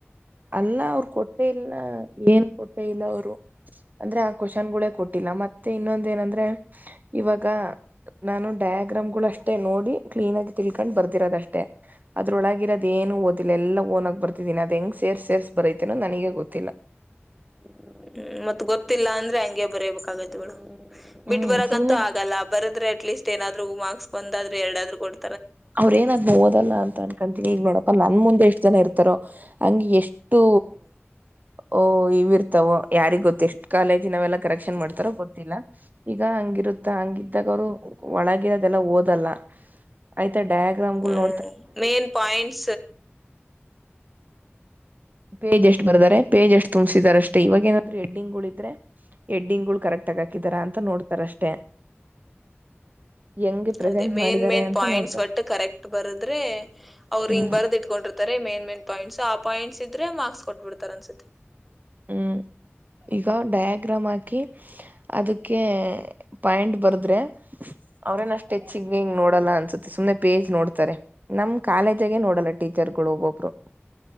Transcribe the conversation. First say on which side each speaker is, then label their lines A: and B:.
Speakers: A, on the right; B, in the centre.
A: ಅಲ್ಲ ಅವ್ರ ಕೊಟ್ಟೆ ಇಲ್ನ ಏನ್ ಕೊಟ್ಟೇ ಇಲ್ಲ ಅವ್ರು ಅಂದ್ರೆ ಆ ಕ್ವಶನ್ ಗಳೇ ಕೊಟ್ಟಿಲ್ಲ ಮತ್ತೆ ಇನ್ನೊಂದ ಏನಂದ್ರೆ ಇವಾಗ ನಾನು ಡಯಾಗ್ರಾಮ್ ಗಳು ಅಷ್ಟೇ ನೋಡಿ ಕ್ಲೀನ್ ಆಗಿ ತಿ ಕಂಡ್ ಬರ್ದರದ ಅಷ್ಟೇ ಅದ್ರೊಳಗ ಇರೋದ ಏನು ಓದಿಲ್ಲ ಎಲ್ಲ ಓೋಗಾಗ್ ಬರ್ತಿದೀನಿ ಅದ ಹೆಂಗ ಸೇರ್ಸ್ ಸೇರ್ಸ್ ಬರತೀನೋ ನನಗ ಗೊತ್ತಿಲ್ಲ
B: ಹ್ಮ್ ಮತ್ತತ್ ಗೊತ್ತಿಲ್ಲ ಅಂದ್ರೆ ಹಂಗೆ ಬರಯಬೇಕಾಗತ್ತೆ ಇಳ <unintelligible> ಬಿಟ್ಟ
A: ಹ್ಮ್
B: ಬರಕ್ಕಂತೂ
A: ಸುಮ್ನೆ
B: ಆಗಲ್ಲ ಬರದ್ರೆ ಅಟ್ಲೀಸ್ಟ್ ಏನಾದ್ರೂ ಮಾರ್ಕ್ಸ್ ಒಂದಾದ್ರರು ಎರಡಾದ್ೂ ಕೊಟ್ಟ
A: ಅವರು ಏನಾದ್ರ ಓದಲ್ಲ ಅಂತ ಅನ್ಕಂತೀನಿ ಈಗ್ ಬಡಪಲ್ಲ ನನ್ ಮುಂದೆ ಎಷ್ಟ್ ಜನ ಇರ್ತಾರೋ ಹಂಗಗೆ ಎಷ್ಟು ಅ ಇ ಇರ್ತಾವೋ ಯಾರಿಗ್ ಗೊತ್ತ ಎಷ್ಟ್ ಕಾಲೇಜ ನಾವೆಲ್ಲಾ ಕರೆಕ್ಷನ್ ಮಾಡ್ತಾರೋ ಗೊತ್ತಿಲ್ಲ ಈಗ ಹಂಗಿರುತ್ತ ಹಂಗಿದ್ದಾಗ ಅವರು ಒಳಗಿರೋದೆಲ್ಲ ಓದಲ್ಲ ಹಾಯ್ತಾ ಡಯಾಗ್ರಾಮ್ಗಳು
B: ಹ್ಮ್
A: ಕೋಡ್
B: ಮೇನ್ ಪಾಯಿಂಟ್ಸ್
A: ಪೇಜ್ ಎಷ್ಟು ಬರ್ದಾರೆ ಪೇಜ್ ಎಷ್ಟ್ ತುಂಬ್ಸಿದಿದ್ದಾರೆ ಅಷ್ಟೇ ಇವಾಗ ಏನಾದ ಹೆಡ್ಡಿಂಗ್ ಇದ್ರೆ ಹೆಡ್ಡಿಂಗ್ ಗಳು ಕರೆಕ್ಟ್ ಆಗ ಹಾಕಿದಾರ ಅಂತ ನೋಡ್ತಾರಷ್ಟೆ ಹೆಂಗೆ ಪ್ರೆಸೆಂಟ್
B: ಅದೇ ಮೇನ್
A: ಮಾಡಿದ್ದಾರೆ
B: ಮೇನ್
A: ಅಂತ
B: ಪಾಯಿಂಟ್ಸ್
A: ನೋಡ್ತಾರೆ
B: ಒಟ್ಟ ಕರೆಕ್ಟ್ ಬರದ್ರ ಅವರು
A: ಹ್ಮ್
B: ಹಿಂಗ ಬರ್ದ್ ಇಟ್ಕೊಂಡಿರ್ತಾರೆ ಮೇನ್ ಮೇನ್ ಪಾಯಿಂಟ್ಸ್ ಆ ಪಾಯಿಂಟ್ಸ್ ಇದ್ರೆ ಮಾರ್ಕ್ಸ್ ಕೊಟ್ಬಿಡ್ತಾರ ಅನ್ಸುತ್ತೆ
A: ಹ್ಮ್ ಈಗ ಡಯಾಗ್ರಾಮ್ ಹಾಕಿ ಅದಕ್ ಕೆ ಪಾಯಿಂಟ್ ಬರದ್ರೆ ಅವ್ರೇನಷ್ಟೆಚ್ಿಗೆ ಹಿಂಗ ನೋಡಲ್ಲ ಅನ್ಸತ್ತತಿ ಸುಮ್ನೆ ಪೇಜ್ ನೋಡ್ತಾರೆ ನಮ್ ಕಾಲೇಜಾಗೆ ನೋಡಲ್ಲ ಟೀಚರ್ಗಳು ಒಬ್ಬೊಬ್ರು